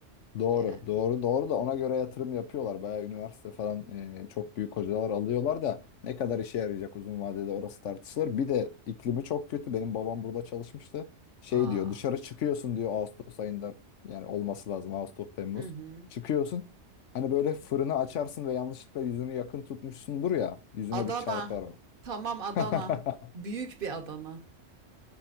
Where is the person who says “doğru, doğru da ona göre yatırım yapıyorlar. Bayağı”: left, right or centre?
Left